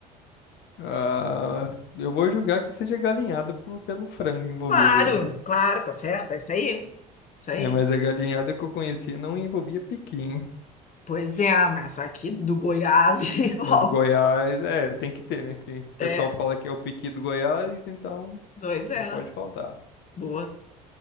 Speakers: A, on the left (about 60°); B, on the left (about 35°).
A: Ah, eu vou julgar que seja galinhada por, pelo frango envolvido
B: Claro,
A: aí.
B: claro, tá certo, é isso aí. Isso aí.
A: É, mas a galinhada que eu conheci não envolvia piqui, hein?
B: Pois é, mas essa aqui do Goiás <laughs> envolve.
A: É do Goiás, é, tem que ter, né? Porque o pessoal
B: É,
A: fala que é o piqui do Goiás, então
B: dois é.
A: não pode faltar.
B: Boa.